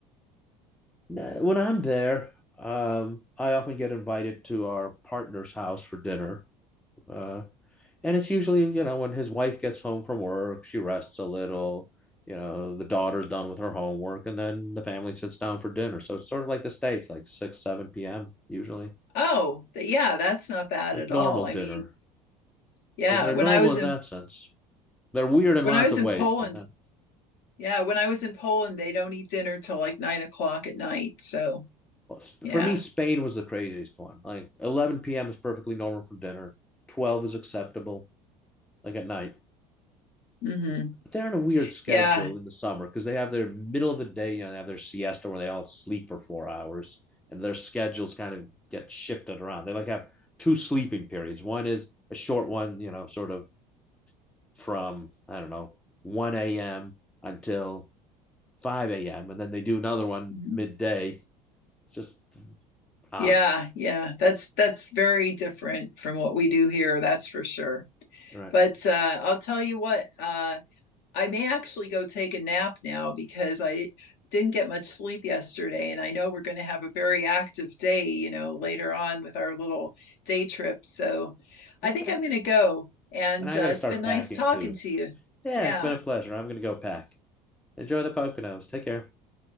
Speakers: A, in the centre; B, on the left.
A: nah, when I'm there, um, I often get invited to our partner's house for dinner. Uh, And it's usually, you know, when his wife gets home from work, she rests a little, you know, the daughter's done with her homework, and then the family sits down for dinner. So it's sort of like the States, like 6, 7 p.m. usually,
B: Oh, th- yeah, that's not bad
A: like
B: at
A: normal
B: all. I
A: dinner.
B: mean, Yeah,
A: So they're
B: when
A: normal
B: I was
A: in
B: in
A: that sense. They're weird in
B: when
A: lots
B: I was
A: of
B: in
A: ways,
B: Poland,
A: but not.
B: yeah, when I was in Poland, they don't eat dinner till like nine o'clock at night. So
A: well, For
B: yeah,
A: me, Spain was the craziest one. Like 11 p.m. is perfectly normal for dinner. 12 is acceptable, like at night.
B: hmm
A: but they're on a weird schedule
B: yeah,
A: in the summer because they have their middle of the day, you know, they have their siesta where they all sleep for four hours and their schedules kind of get shifted around. They like have two sleeping periods. One is a short one, you know, sort of from, I don't know, 1 a.m. until 5 a.m. And then they do another one
B: Mhm.
A: midday. It's just odd.
B: yeah, yeah. That's that's very different from what we do here. That's for sure.
A: Right.
B: But uh, I'll tell you what. Uh, I may actually go take a nap now because I didn't get much sleep yesterday. And I know we're going to have a very active day, you know, later on with our little day trip. So
A: Okay.
B: I think I'm going to go. And
A: And I
B: uh,
A: got to
B: it's
A: start
B: been nice
A: packing
B: talking
A: too.
B: to you.
A: Yeah,
B: Yeah.
A: it's been a pleasure. I'm going to go pack. Enjoy the Poconos. Take care.